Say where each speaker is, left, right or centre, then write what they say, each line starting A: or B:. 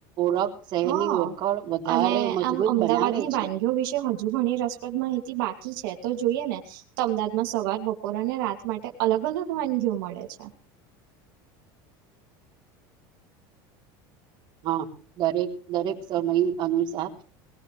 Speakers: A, on the right; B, on the right.
A: ઓળખ શહેરની
B: હા
A: ઓળખણ વધારે
B: અને
A: મજબૂત
B: આમ અમદાવાદની
A: બનાવે
B: વાનગીઓ
A: છે.
B: વિશે હજુ, ઘણી રસપ્રદ માહિતી બાકી છે. તો જોઈએ ને તો અમદાવાદમાં સવાર બપોર અને રાત માટે અલગ ઘણ, વાનગીઓ મળે છે.
A: હા, દરેક, દરેક સમય અનુસાર